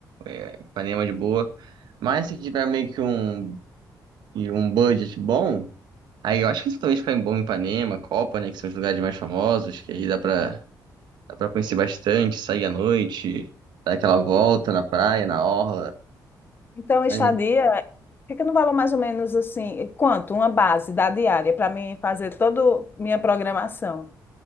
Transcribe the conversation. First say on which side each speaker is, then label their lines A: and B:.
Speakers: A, on the right (about 85°); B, on the left (about 30°).
A: é, Ipanema de boa. Mas se tiver meio que um, e um budget bom, aí eu acho que isso também fica bom em Ipanema, Copa, né? Que são os lugares mais famosos, que aí dá pra, dá pra conhecer bastante, sair à noite, dar aquela volta na praia, na orla.
B: Então,
A: Mas
B: estadia. Fica no valor mais ou menos assim, quanto? Uma base da diária para mim fazer toda minha programação.